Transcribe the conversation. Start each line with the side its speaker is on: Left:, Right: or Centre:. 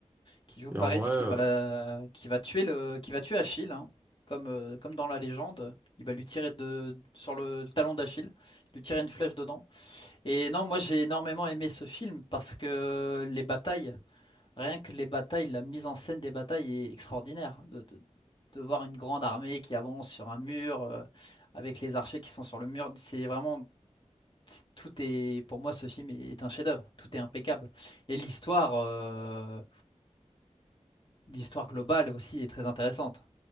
Left: qui joue Paris,
Right: et en vrai, euh,
Left: qui va, qui va tuer le, qui va tuer Achille, hein, comme, euh, comme dans la légende. Il va lui tirer de, sur le, le talon d'Achille, lui tirer une flèche dedans. Et non, moi j'ai énormément aimé ce film parce que les batailles, rien que les batailles, la mise en scène des batailles est extraordinaire. De, de- de voir une grande armée qui avance sur un mur, euh, avec les archers qui sont sur le mur, c'est vraiment, c'est- tout est, pour moi ce film est un chef-d'œuvre, tout est impeccable. Et l'histoire. euh, l'histoire globale aussi est très intéressante.